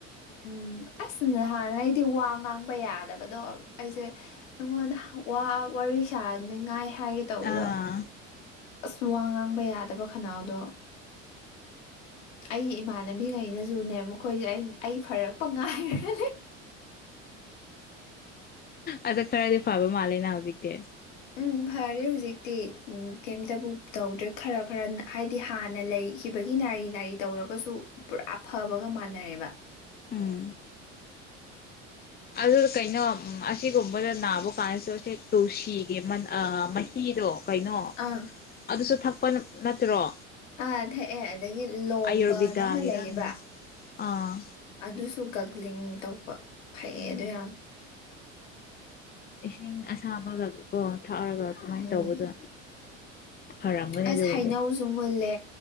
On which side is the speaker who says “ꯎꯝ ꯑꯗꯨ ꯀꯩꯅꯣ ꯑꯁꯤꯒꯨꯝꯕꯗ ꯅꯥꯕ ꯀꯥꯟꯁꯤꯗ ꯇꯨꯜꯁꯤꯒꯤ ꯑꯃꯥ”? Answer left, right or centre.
Left